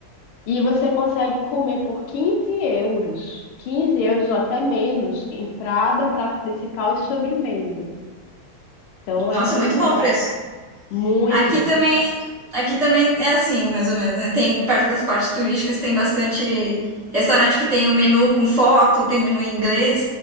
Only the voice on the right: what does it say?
Nossa,
muito bom
o preço.
Aqui também, aqui também é assim, mais ou menos, né? Tem, perto das partes turísticas tem bastante restaurante que tem o menu com foto, tem menu em inglês.